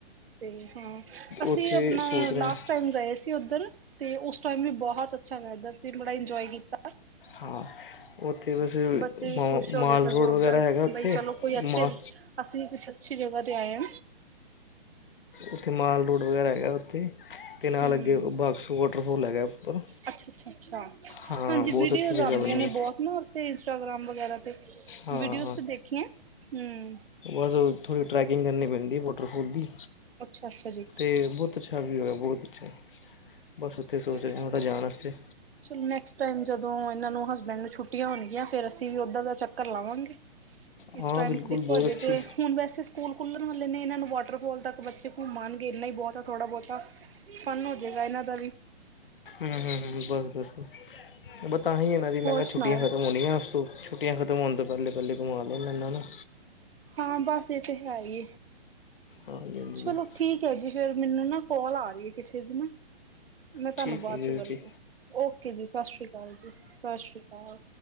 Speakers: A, on the right; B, on the left.
A: ਤੇ ਹਾਂ ਅਸੀਂ
B: ਉੱਥੇ
A: ਅਪਨਾ
B: ਸੋਚ ਰਿਹਾ
A: ਲਾਸਟ ਟਾਈਮ ਗਏ ਸੀ ਉੱਧਰ, ਤੇ ਉਸ ਟ ਵੀ ਬਹੁਤ ਅੱਛਾ ਵੈਦਰ ਸੀ, ਬੜਾ ਇੰਜੋਏ ਕੀਤਾ
B: ਹਾਂ ਉੱਥੇ ਬਸ
A: ਬੱਚੇ ਵੀ
B: ਮ
A: ਖੁਸ਼ ਹੋ
B: ਮਾਲ
A: ਗਏ ਸਗੋਂ
B: ਰੋਡ ਵਗੈਰਾ
A: ਉੱਧਰ
B: ਹੈਗਾ ਉੱਥੇ
A: ਬਈ ਚਲੋ ਕੋਈ ਅੱਛੇ
B: ਮਾ
A: ਅਸੀਂ ਵੀ ਕੁਛ ਦੂਸਰੀ ਜਗਹਾ ਦੇ ਆਇ ਆ
B: ਉੱਥੇ ਮਾਲ ਰੋਡ ਵਗੈਰਾ ਹੈਗਾ ਉੱਥੇ ਤੇ ਨਾਲ
A: ਹਮ
B: ਅੱਗੇ ਬਾਕਸੋ ਵੋਟਰ ਹੋ ਲੇ ਗਇਆ ਉੱਪਰ,
A: ਅੱਛਾ-ਅੱਛਾ-ਅੱਛਾ
B: ਹਾਂ
A: ਹਾਂਜੀ
B: ਬਹੁਤ
A: ਵੀਡੀਓਜ਼
B: ਅੱਛੀ ਜਗ੍ਹਾ
A: ਆਂਦੀਆਂ
B: ਬਣੀ ਹੋਈ
A: ਨੇ ਬਹੁਤ ਨਾ ਉਤੇ ਇੰਸਟਾਗ੍ਰਾਮ ਵਗੈਰਾ ਤੇ
B: ਹਾਂ
A: ਵੀਡੀਓਜ਼ ਤੇ
B: ਹ
A: ਦੇਖੀਆਂ ਹੂੰ
B: ਬਸ ਥੋੜੀ ਟਰੈਕਿੰਗ ਕਰਨੀ ਪੈਂਦੀ ਵਾਟਰਫੋਲ ਦੀ
A: ਅੱਛਾ-ਅੱਛਾ ਜੀ।
B: ਤੇ ਬਹੁਤ ਅੱਛਾ ਵਿਊ ਹੈ, ਬਹੁਤ ਅੱਛਾ ਬਸ ਉੱਥੇ ਸੋਚ ਰਹੇ
A: ਚਲੋ
B: ਹਾਂ ਥੋੜ੍ਹਾ ਜਾਣ ਵਾਸਤੇ
A: ਨੈਕਸਟ ਟਾਈਮ ਜਦੋਂ ਇਹਨਾਂ ਨੂੰ ਹਸ ਮੈਨੂੰ ਛੁੱਟੀਆਂ ਹੋਨਗੀਆਂ ਫੇਰ ਅਸੀਂ ਵੀ ਓਦਾਂ ਦਾ ਚੱਕਰ ਲਾਵਾਂਗੇ।
B: ਹਾਂ
A: ਇਸ ਟਾਈਮ
B: ਬਿਲਕੁਲ
A: ਤੇ ਦੇਖੋ
B: ਬਹੁਤ
A: ਹਜੇ
B: ਅੱਛੀ
A: ਤੇ ਹੁਣ ਵੈਸੇ ਸਕੂਲ ਖੁੱਲਨ ਵਾਲੇ ਨੇ ਇਹਨਾਂ ਨੂੰ ਵਾਟਰਫੋਲ ਤੱਕ ਬੱਚੇ ਘੁੰਮ ਆਨਗੇ, ਇੰਨਾ ਈ ਬਹੁਤ ਏ ਥੋੜਾ ਬਹੁਤਾ ਫੰਨ ਹੋ ਜੇ ਇਹਨਾਂ ਦਾ ਵੀ
B: ਹਮ ਹਮ ਹਮ ਬੱਸ ਤਾਂ ਹੀ ਨਾਂ ਮ ਕਿਹਾ
A: ਹੋਰ ਸੁਣਾਓ
B: ਛੁੱਟੀਆਂ ਖਤਮ ਹੋਣੀਆਂ, ਛੁਟੀਆਂ ਖਤਮ ਹੋਣ ਤੋਂ ਪਹਿਲੇ ਪਹਿਲੇ ਘੁਮਾ ਘੁਮਾਵਾਂ ਇਹਨਾਂ ਨੂੰ
A: ਹਾਂ ਬਸ ਏ ਤੇ ਹੈ ਈ ਐ
B: ਹਾਂਜੀ ਹਾਂਜੀ ਬਿਲਕੁਲ
A: ਚਲੋ ਠੀਕ ਹੈ ਜੀ ਫੇਰ ਮੈਨੂੰ ਨਾ ਕੋਲ ਆ ਰਹੀ ਹੈ ਕਿਸੇ ਦੀ ਨਾ ਮੈਂ ਤੁਹਾਨੂੰ
B: ਠੀਕ
A: ਬਾਦ
B: ਹੈ ਜੀ
A: ਚੋ ਗਲ਼
B: ਓਕੇ
A: ਕਰ ਓਕੇ ਜੀ, ਸਸ ਸ਼੍ਰੀ ਕਾਲ ਜੀ, ਸਸ ਸ਼੍ਰੀ ਕਾਲ